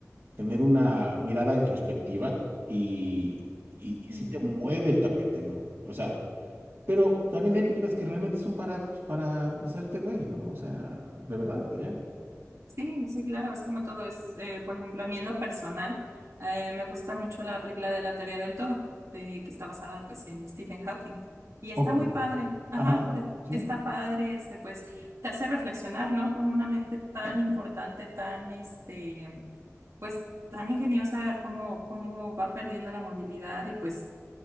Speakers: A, on the right; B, on the right.
A: tener una mirada introspectiva y, y,
B: Ujú.
A: y sí te mueve el tapete, ¿no? O sea, pero también hay películas que realmente son para, pues, para hacerte güey, ¿no? O sea, de verdad, y ya.
B: Sí, sí, claro, es como todo es, eh, por ejemplo, a mí en lo personal, eh, me gusta mucho la película de la teoría del todo, de- que está basada pues en Stephen Hawking. Y está
A: Hawkins.
B: muy padre, ajá,
A: Ajá,
B: es-
A: sí,
B: está padre, este, pues te hace reflexionar, ¿no? Como una mente tan importante, tan, este, pues tan ingeniosa como, como va perdiendo la movilidad y pues